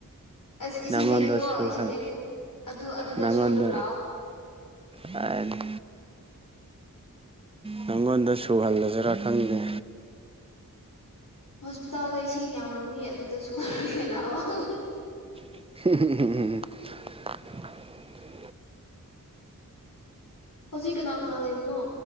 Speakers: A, on the left (about 65°); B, on the right (about 15°).
A: ꯑꯁ ꯏꯁꯤꯡ
B: ꯅꯪꯉꯣꯟꯗ
A: ꯂꯩꯇꯦꯀꯣ
B: ꯁꯨꯍꯜ
A: ꯏꯁꯤꯡ ꯂꯩꯇꯦ ꯑꯗꯨ ꯑꯗꯨꯗ
B: ꯅꯪꯉꯣꯟꯗ
A: ꯁꯨꯔ ꯂꯥꯛꯑꯣ
B: ꯍꯥꯏꯗꯤ ꯅꯪꯉꯣꯟꯗ ꯁꯨꯍꯜꯂꯁꯤꯔꯥ ꯈꯪꯗꯦ
A: ꯍꯣꯁꯄꯤꯇꯥꯜꯗꯏꯁꯤꯡ ꯌꯥꯝꯂꯕꯅꯤ ꯑꯗꯨꯗ ꯁꯨꯔꯥꯒ ꯂꯥꯛꯑꯣ
B: <unintelligible>
A: ꯍꯧꯖꯤꯛ ꯀꯅꯥ ꯀꯅꯥ ꯂꯩꯕꯅꯣ